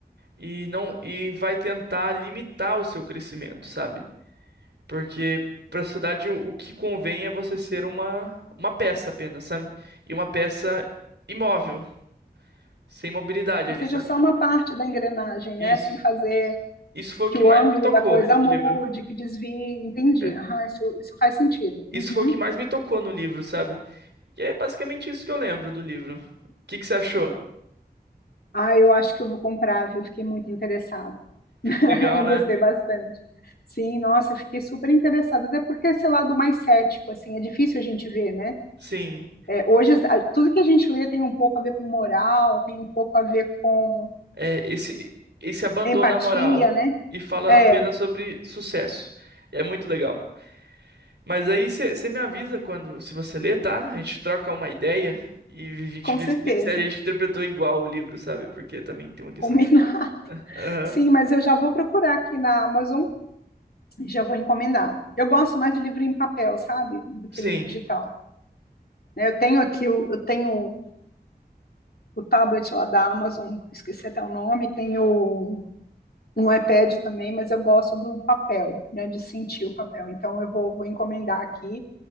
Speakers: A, on the right; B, on the left.
A: E não e vai tentar limitar o seu crescimento, sabe? Porque pra sociedade o, o que convém é você ser uma uma peça apenas, sabe? E uma peça imóvel, sem mobilidade
B: Ou
A: ali,
B: seja,
A: sabe?
B: só uma parte da engrenagem,
A: Isso.
B: né? Sem fazer
A: Isso foi o
B: que
A: que
B: o
A: mais
B: ângulo
A: me tocou
B: da coisa
A: no
B: mude,
A: livro.
B: que desvie, entendi.
A: É.
B: Aham, isso, isso faz sentido.
A: Isso
B: Uhum.
A: foi o que mais me tocou no livro, sabe? E é basicamente isso que eu lembro do livro. O que que você achou?
B: Ah, eu acho que eu vou comprar, viu? Fiquei muito interessada. <laughs>
A: Legal,
B: Eu
A: né?
B: gostei bastante. Sim, nossa, fiquei super interessada, até porque esse lado mais cético, assim, é difícil a gente ver, né?
A: Sim.
B: É, hoje, a- tudo que a gente lê tem um pouco a ver com moral, tem um pouco a ver com
A: É, esse, esse abandona
B: empatia,
A: a moral
B: né?
A: e fala
B: É,
A: apenas sobre sucesso. É muito legal. Mas aí você me avisa quando, se você ler, tá? A gente troca uma ideia e a gente
B: com
A: vê
B: certeza.
A: se, se a gente interpretou igual o livro, sabe? Porque também tem uma questão
B: Combinar.
A: de.
B: <laughs>
A: Aham.
B: Sim, mas eu já vou procurar aqui na Amazon já vou encomendar. Eu gosto mais de livro em papel, sabe? Do que
A: Sim,
B: livro digital. né? Eu tenho aqui, o- eu tenho o tablet lá da Amazon, esqueci até o nome, tenho um iPad também, mas eu gosto do papel, né? De sentir o papel. Então eu vou, vou encomendar aqui